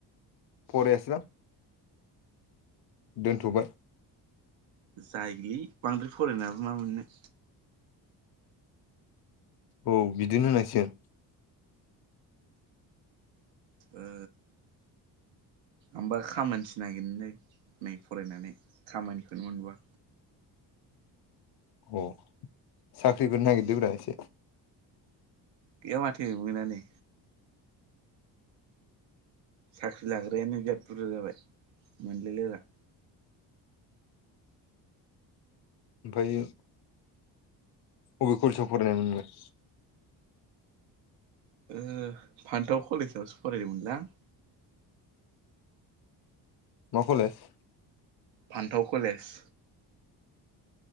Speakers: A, on the left (about 50°); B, on the right (about 65°).
A: फरायासोलां दोनथ'बाय
B: जाय लै बांद्राय फरायनायाबो मा मोननो।
A: औ बिदिनो होनांसिगोन।
B: ओ आंबा खामानिसो नागिरनो नै फरायनानै खामानिखौनो मोनबोवा।
A: अ साख्रिफोर नागिरदों ब्रा एसे।
B: गैया माथो मोनानो। साख्रि लाग्रायानो बिराद बुरजा जाबाय मोनलायलायला।
A: ओमफायो अ बे कलेसआव फरायनाय मोन नोंलाय?
B: ओ फान्थाव कलेजावसो फरायदोंमोनलां।
A: मा कलेज?
B: फान्थाव कलेज।